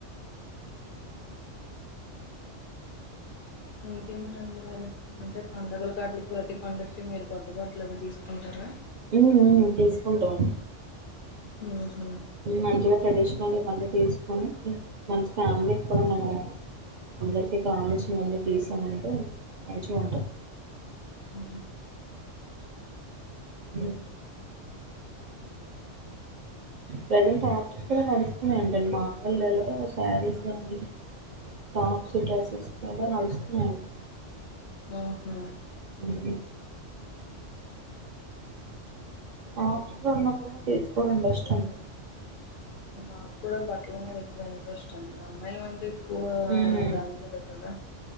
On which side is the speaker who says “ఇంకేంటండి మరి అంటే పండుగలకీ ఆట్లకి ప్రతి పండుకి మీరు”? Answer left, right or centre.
Left